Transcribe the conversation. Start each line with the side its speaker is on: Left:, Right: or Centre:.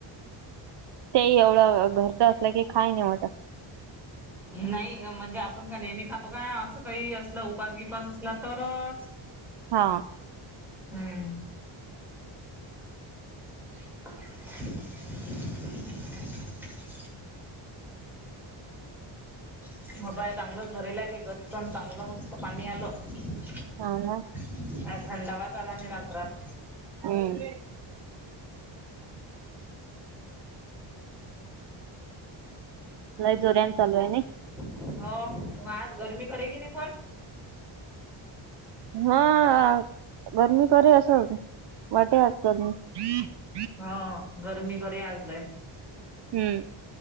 Right: ते एवढं <inaudible> असलं की काय नाही वाटत.
Centre: नाही आपण नेहमी खातो काय काही असं उपास बीपास असला तरच. <inaudible>
Right: हा...
Centre: हम्म... <unintelligible> <unintelligible>
Right: <unintelligible>
Centre: <inaudible>
Right: हम्... लय जोऱ्यान चालू आहे ना?
Centre: <unintelligible>
Right: <inaudible>
Centre: <unintelligible>
Right: हम्म